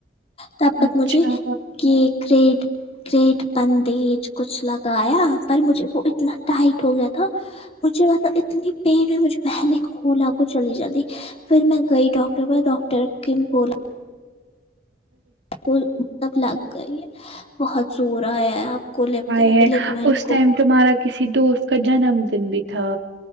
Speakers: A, on the left; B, on the right.
A: تب تک
B: اچھا
A: مجھے کیک ریڈ گریٹ بندیج کچھ لگایا پر مجھے وہ اتنا ٹائٹ ہو گیا تھا مجھے پتہ اتنی پین ہے مجھے بہن ایک کھولا کو چلی جاتی پھر میں گئی ڈاکٹر بعد ڈاکٹر کم بول
B: <unintelligible>
A: وہ مطلب لگ گئی ہے بہت زور آیا اب کو لب
B: آئے
A: کے الیکمینٹ
B: ہے اس ٹائم
A: کو
B: تمہارا کسی دوست کا جنم دن بھی تھا